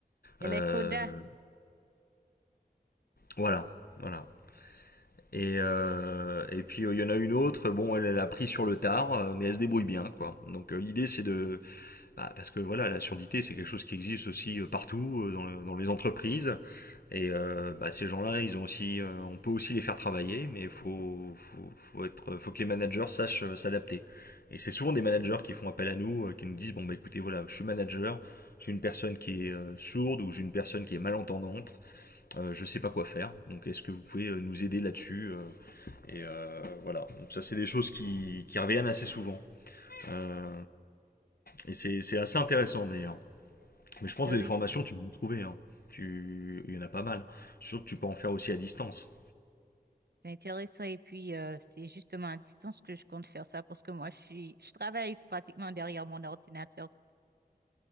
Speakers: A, on the right (about 80°); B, on the left (about 70°).
A: Et
B: Euh,
A: les codas,
B: voilà, voilà. Et, euh, et puis euh, il euh, y en a une autre, bon elle l'a pris sur le tard, euh, mais elle se débrouille bien quoi. Donc euh, l'idée c'est de... bah, parce que voilà, la surdité c'est quelque chose qui existe aussi euh, partout, euh, dans, le- dans les entreprises. Et euh, bah, ces gens-là, ils ont aussi, euh, on peut aussi les faire travailler, mais faut, faut, faut, être, faut que les managers sachent euh, s'adapter. Et c'est souvent des managers qui font appel à nous, euh, qui nous disent, bon bah écoutez voilà, je suis manager, j'ai une personne qui est euh, sourde ou j'ai une personne qui est malentendante, euh, je ne sais pas quoi faire, donc est-ce que vous pouvez euh, nous aider là-dessus euh, et euh, voilà, donc ça c'est des choses qui, qui reviennent assez souvent. Euh, et c'est c'est assez intéressant d'ailleurs. Mais je pense
A: ah
B: que des
A: oui.
B: formations, tu vas en trouver. hein. Tu... Il y en a pas mal. Surtout que tu peux en faire aussi à distance.
A: C'est intéressant et puis euh, c'est justement à distance que je compte faire ça parce que moi je suis je travaille pratiquement derrière mon ordinateur.